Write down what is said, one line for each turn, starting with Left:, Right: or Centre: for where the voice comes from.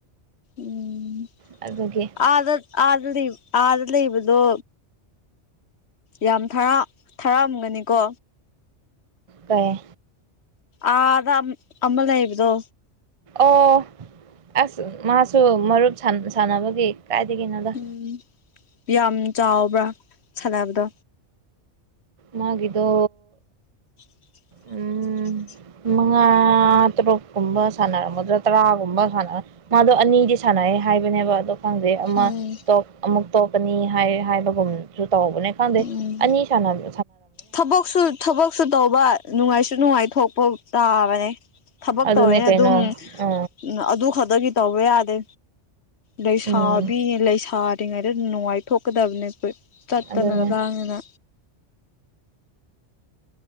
Left: ꯎꯝ
Right: ꯑꯗꯨꯒꯤ
Left: ꯑꯥꯗ ꯑꯥꯗ ꯂꯩ ꯑꯥꯗ ꯂꯩꯕꯗꯣ ꯌꯥꯝ ꯊꯔꯥ ꯊꯥꯔꯛꯑꯝꯒꯅꯤꯀꯣ
Right: ꯀꯩ
Left: ꯑꯥꯗ ꯑꯝ ꯑꯃ ꯂꯩꯕꯗꯣ
Right: ꯑꯣ ꯑꯁ ꯃꯥꯁꯨ ꯃꯔꯨꯞ ꯁꯥꯟ ꯁꯥꯟꯅꯕꯒꯤ ꯀꯥꯏꯗꯒꯤꯅꯣꯗ
Left: ꯎꯝ ꯌꯥꯝ ꯆꯥꯎꯕ꯭ꯔꯥ ꯁꯥꯟꯅꯕꯗꯣ
Right: ꯃꯥꯒꯤꯗꯣ
Left: <inaudible>
Right: ꯎꯝ ꯃꯉꯥ ꯇꯔꯨꯛ ꯀꯨꯝꯕ ꯁꯥꯟꯅꯔꯝꯒꯗ꯭ꯔꯥ ꯇꯔꯥꯒꯨꯝꯕ ꯁꯅꯔ ꯃꯥꯗꯣ ꯑꯅꯤꯗꯤ ꯁꯥꯟꯅꯩ ꯍꯥꯏꯕꯅꯦꯕ ꯑꯗꯣ ꯈꯪꯗꯩ ꯑꯃ
Left: ꯎꯝ
Right: ꯇꯣ ꯑꯃꯨꯛ ꯇꯣꯛꯀꯅꯤ ꯍꯥꯏ ꯍꯥꯏꯕꯒꯨꯝꯁꯨ ꯇꯧꯕꯅꯦ ꯈꯪꯗꯦ
Left: ꯎꯝ
Right: ꯑꯅꯤ ꯁꯥꯟꯅꯕ
Left: ꯊꯕꯛꯁꯨ ꯊꯕꯛꯁꯨ ꯇꯧꯕ ꯅꯨꯡꯉꯥꯏꯁꯨ ꯅꯨꯡꯉꯥꯏꯊꯣꯛꯄ ꯇꯥꯕꯅꯦ ꯊꯕꯛ
Right: ꯑꯗꯨꯅꯦ
Left: ꯇꯧꯋꯦꯅ
Right: ꯀꯩꯅꯣ
Left: ꯑꯗꯨꯝ
Right: ꯑ
Left: ꯑꯝ ꯑꯗꯨ ꯈꯛꯇꯒꯤ ꯇꯧꯕ ꯌꯥꯗꯦ ꯂꯩꯁꯥꯕꯤꯅꯦ
Right: ꯎꯝ
Left: ꯂꯩꯁꯥꯔꯤꯉꯩꯗ ꯅꯨꯡꯉꯥꯏꯊꯣꯛꯀꯗꯕꯅꯦ ꯑꯈꯣꯏ ꯆꯠꯇꯅ
Right: ꯑꯗꯨꯅ
Left: ꯂꯥꯡꯗꯅ